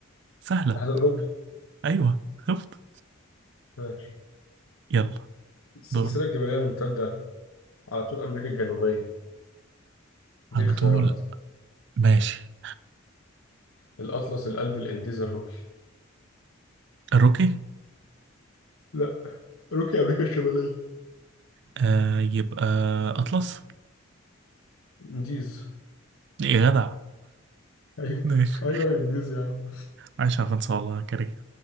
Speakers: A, on the right; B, on the left.
A: سهلة
B: الاتحاد الاوروبي
A: أيوه خفت
B: ماشي
A: يلا
B: السلسله
A: دور
B: الجبليه الممتده على طول أمريكا الجنوبية
A: على
B: دي اختيارات
A: طول ماشي
B: الأطلس القلب الإنديز الروكي
A: الروكي
B: لا روكي أمريكا الشمالية
A: آه يبقى أطلس
B: إنديز
A: يا جدع
B: أيوه
A: ماشي
B: <laughs> أيوه الإنديز يا عم
A: عايش على فرنسا والله يا كريم